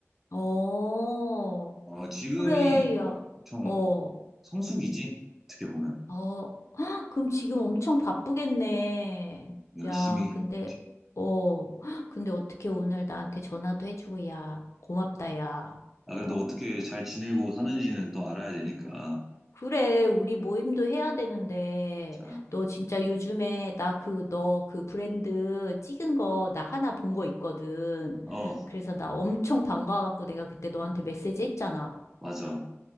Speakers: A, on the left (about 75°); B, in the centre.
A: 어,
B: 어, 지금이
A: 그래, 야,
B: 엄청
A: 어,
B: 성수기지 어떻게 보면
A: 어, 헉, 그럼 지금 엄청 바쁘겠네.
B: 열심히
A: 야, 근데,
B: 하고 있지.
A: 어, 헉, 근데 어떻게 오늘 나한테 전화도 해주고, 야, 고맙다, 야.
B: 아 그래도
A: 어?
B: 어떻게 잘 지내고 사는지는 또 알아야 되니까
A: 그래, 우리 모임도 해야 되는데,
B: 자,
A: 너 진짜 요즘에 나 그, 너 그 브랜드 찍은 거 나 하나 본 거 있거든.
B: 어
A: 그래서 나 엄청 반가워갖고 내가 그때 너한테 메시지 했잖아.
B: 맞아